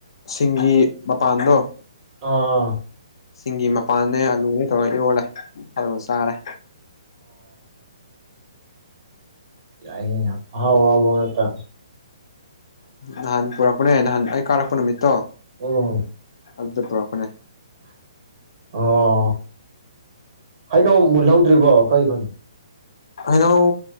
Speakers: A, on the left (about 55°); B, on the right (about 45°).
A: ꯁꯤꯡꯒꯤ ꯃꯄꯥꯟꯗꯣ
B: ꯑꯥ
A: ꯁꯤꯡꯒꯤ ꯃꯄꯥꯟꯅꯦ ꯑꯂꯨꯅꯦ ꯇꯧꯔ ꯏꯔꫭꯜꯂꯦ ꯑꯗꯨꯒ ꯆꯥꯔꯦ
B: ꯌꯥꯌꯦ ꯑꯥꯌꯥꯏ ꯑꯥꯌꯥꯎꯕ ꯉꯛꯇ
A: ꯅꯍꯥꯟ ꯄꯨꯔꯛꯄꯅꯦ ꯅꯍꯥꯟ ꯑꯩ ꯀꯥꯔꯛꯄ ꯅꯨꯃꯤꯠꯇꯣ
B: ꯎꯝ
A: ꯑꯗꯨꯗ ꯄꯨꯔꯥꯛꯄꯅꯦ
B: ꯑꯣ ꯍꯩꯅꯧ ꯃꯨꯜꯍꯧꯗ꯭ꯔꯤꯕꯣ ꯑꯩꯈꯣꯏ ꯈꯣꯏꯟ
A: ꯍꯩꯅꯧ